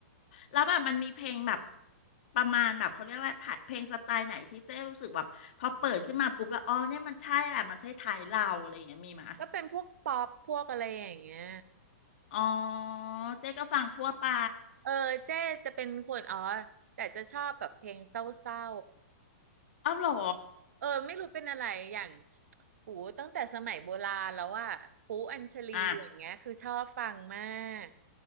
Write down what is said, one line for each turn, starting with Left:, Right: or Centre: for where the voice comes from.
Left: แล้วแบบมันมีเพลงแบบประมาณแบบเขาเรียกอะไรผัดเพลงสไตล์ไหนที่เจ๊รู้สึกแบบพอเปิดขึ้นมาปุ๊บแล้วอ๋อเนี่ยมันใช่แหละมันใช่ไทยเราอะไรอย่างเงี้ยมีไหม
Right: ก็เป็นพวกป๊อปพวกอะไรอย่างเงี้ย
Left: อ๋อเจ๊ก็ฟังทั่วไป
Right: เออเจ๊จะเป็นคนอ๋อแต่จะชอบแบบเพลงเศร้า
Left: อ้าวเหรอ
Right: ๆเออไม่รู้เป็นอะไรอย่างหูตั้งแต่สมัยโบราณแล้วอาปูอัญชลีอย่างเงี้ยคือชอบฟังมาก
Left: อ่ะ